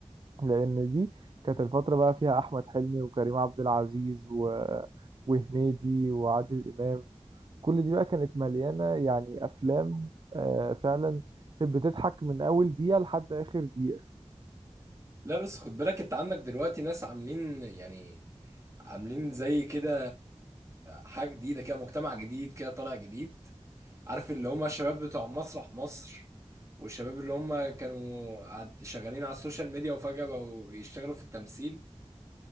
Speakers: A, on the right (about 45°); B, on the right (about 30°).
A: لان دي كانت الفترة بقى فيها احمد حلمي وكريم عبد العزيز و... وهنيدي وعادل امام كل دي بقى كانت مليانة يعني أفلام آه فعلا كانت بتضحك من أول دقيقة لحد آخر دقيقة
B: لا بس خد بالك انت عندك دلوقتي ناس عاملين يعني عاملين زي كده حاجه جديده كده مجتمع جديد كده طالع جديد عارف اللي هم الشباب بتوع مسرح مصر والشباب اللي هم كانوا عاد- شغالين على السوشيال ميديا وفجأة بقوا يشتغلوا في التمثيل